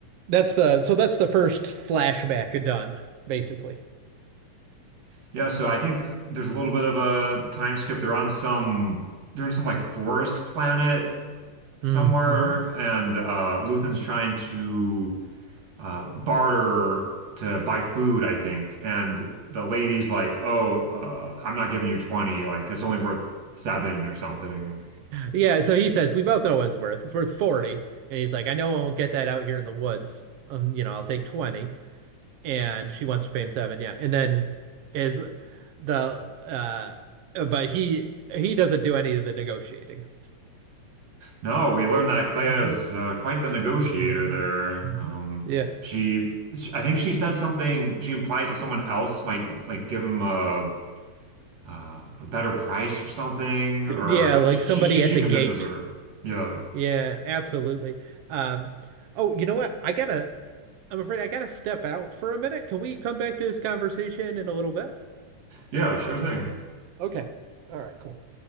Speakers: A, on the right; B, on the right.
A: that's the so that's the first flashback done, basically.
B: yeah. So I think there's a little bit of a time skip. They're on some they're in some like forest planet somewhere,
A: Mm-hmm.
B: and uh, Luthen's trying to uh, barter to buy food, I think. And the lady's like, "Oh, uh, I'm not giving you 20. Like it's only worth seven or something."
A: Yeah, so he says, "We both know what it's worth. It's worth 40." And he's like, "I know I won't get that out here in the woods. Um, you know, I'll take 20." and she wants to pay him seven. Yeah, and then is the uh, but he he doesn't do any of the negotiating.
B: No, we learned that Claire's
A: Mhm,
B: uh, quite the negotiator
A: mhm,
B: there.
A: mhm.
B: Um,
A: Yeah,
B: she, I think she says something. She implies that someone else might like give him a uh, a better price or something,
A: yeah,
B: or
A: like
B: she
A: somebody
B: she she
A: at the
B: convinces
A: gate.
B: her. Yeah,
A: Yeah, absolutely. Um, oh, you know what? I gotta. I'm afraid I gotta step out for a minute. Can we come back to this conversation in a little bit?
B: yeah, sure thing.
A: Okay. All right, cool.